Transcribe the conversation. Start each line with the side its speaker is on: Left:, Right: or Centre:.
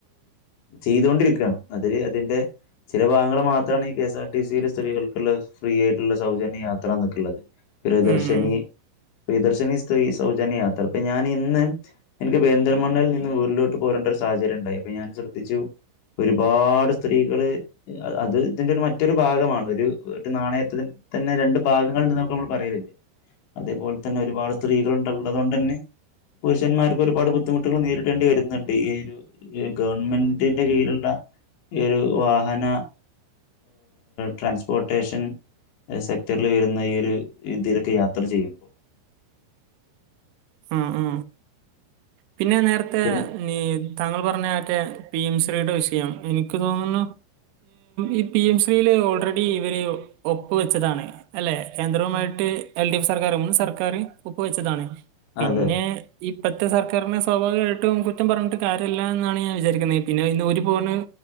Left: ചെയ്തൊണ്ടിരിക്കുകയാണ് അതില് അതിന്റെ ചില ഭാഗങ്ങൾ മാത്രമാണ് ഈ കെഎസ് ആർ ടി സിയില് സ്ത്രീകൾക്കുള്ള ഫ്രീ ആയിട്ടുള്ള സൗജന്യ യാത്രാന്നെക്കെയുള്ളത് പ്രിയദർശിനി
Right: ഉം
Left: പ്രിയദർശനി സ്ത്രീ സൗജന്യ യാത്ര അപ്പൊ ഞാൻ ഇന്ന് എനിക്ക് പെരുന്തൽമണ്ണയിൽ നിന്ന് വീട്ടിലോട്ട് പോരേണ്ട ഒരു സാഹചര്യം ഉണ്ടായി അപ്പൊ ഞാൻ ശ്രദ്ധിച്ചു ഒരുപാട് സ്ത്രീകള് അത് ഇതിന്റെ ഒരു മറ്റൊരു ഭാഗമാണ് ഒരു നാണയത്തിൽ തന്നെ രണ്ട് ഭാഗങ്ങൾ ഉണ്ടെന്ന് നമ്മള് പറയലില്ലേ അതേപോലെ തന്നെ ഒരുപാട് സ്ത്രീകളുള്ളത് കൊണ്ട് തന്നെ പുരുഷന്മാർക്ക് ഒരുപാട് ബുദ്ധിമുട്ടുകൾ നേരിടേണ്ടി വരുന്നുണ്ട് ഈ ഒരു ഗവൺമെന്റിന്റെ കീഴിലുള്ള ഈ ഒരു വാഹന ട്രാൻസ്പോർട്ടേഷൻ സെക്ടറിൽ വരുന്ന ഈ ഒരു ഇതിലൊക്കെ യാത്ര ചെയ്യുമ്പോ
Right: ആ ആ പിന്നെ നേരത്തെ
Left: പിന്നെ
Right: നീ താങ്കൾ പറഞ്ഞ മറ്റേ പി എം ശ്രീയുടെ വിഷയം എനിക്ക് തോന്നുന്നു ഈ പി എം ശ്രീയില് ഓൾറെഡി ഇവര് ഒപ്പ് വെച്ചതാണ് അല്ലേ കേന്ദ്രവുമായിട്ട് എൽ ഡി എഫ് സർക്കാർ മുൻ സർക്കാര് ഒപ്പ് വെച്ചതാണ് പിന്നെ
Left: അതെ
Right: ഈ ഇപ്പോഴത്തെ സർക്കാരിനെ സ്വാഭാവികമായിട്ടും കുറ്റം പറഞ്ഞിട്ട് കാര്യവില്ല എന്നാണ് ഞാൻ വിചാരിക്കുന്നത് പിന്നെ ഇതിനു ഊരി പോകുന്നത്